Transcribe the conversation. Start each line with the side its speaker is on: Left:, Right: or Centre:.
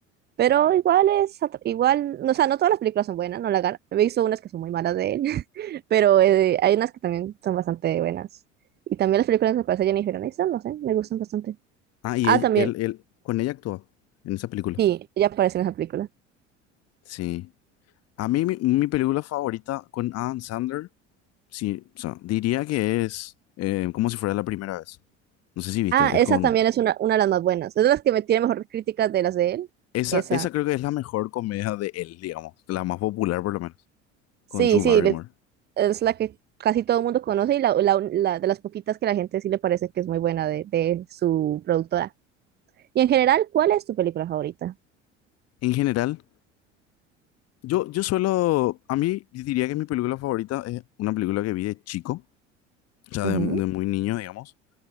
Right: pero igual es, atra- igual, no, o sea, no todas las películas son buenas, no la gana, he visto unas que son muy malas de él, <laughs> pero eh, hay unas que también son bastante buenas. Y también las películas que aparece Jennifer Aniston, no sé, me gustan bastante.
Left: Ah, y
Right: Ah,
Left: él,
Right: también,
Left: él, él- con ella actúa en esa película.
Right: sí, ella aparece en esa película.
Left: Sí. A mí mi, mi película favorita con Adam Sandler, sí, o sea, diría que es eh, como si fuera la primera vez. No sé si viste,
Right: Ah,
Left: es
Right: esa
Left: con...
Right: también es una, una de las más buenas, es de las que me tiene mejores críticas de las de él,
Left: Esa,
Right: esa.
Left: esa creo que es la mejor comedia de él, digamos, la más popular por lo menos.
Right: Sí,
Left: con Drew
Right: sí,
Left: Barrymore.
Right: le- es la que casi todo el mundo conoce y la, la- la de las poquitas que la gente sí le parece que es muy buena de, de su productora. Y en general, ¿cuál es tu película favorita?
Left: En general, yo, yo suelo, a mí yo diría que mi película favorita es una película que vi de chico, o sea,
Right: Ujú.
Left: de, de muy niño, digamos,